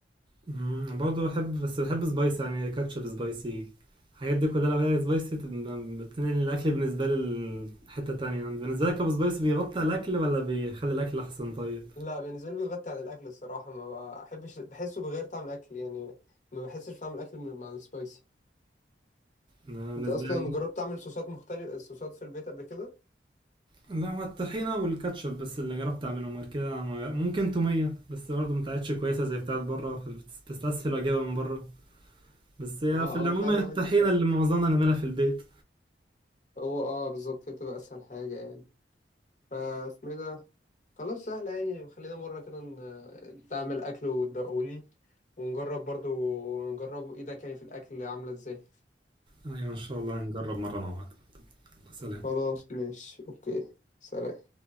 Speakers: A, on the right (about 25°); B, on the left (about 40°).
A: مم، برضه بحب بس بحب سبايسي يعني كاتشب سبايسي الحاجات دي كلها لو هي سبايسي تبقى بتنقل الاكل بالنسبه لي لحته تانية يعني بالنسبه لك ابو سبايسي بيغطي على الاكل ولا بيخلي الاكل احسن طيب
B: لا بالنسبه لي بيغطي عن الاكل الصراحه ما بحبش بحسه بغير طعم الاكل يعني ما بحسش طعم الاكل من- مع السبايسي
A: انا بالنسبه
B: انت اصلا
A: لي
B: جربت تعمل صوصات مختلفه صوصات في البيت قبل كده
A: لا هو الطحينة والكاتشب بس اللي جربت اعملهم غير كده ما- ممكن تومية بس برضه ما بتاعتش كويسة زي بتاعت بره فبستسهل واجيبها من بره بس هي
B: اه
A: في العموم
B: اه فعلا
A: الطحينة
B: الواحد بيستسهل
A: اللي معظمنا نعملها في البيت
B: هو اه بالظبط هي بتبقى اسهل حاجة يعني فاسمه إيه ده خلاص سهلة يعني خلينا مرة كده ن- تعمل اكل وتدوقهولي ونجرب برضو نجرب ايدك يعني في الاكل عاملة ازاي
A: ايوه ان شاء الله نجرب مرة مع بعض سلام
B: خلاص ماشي اوكي سلام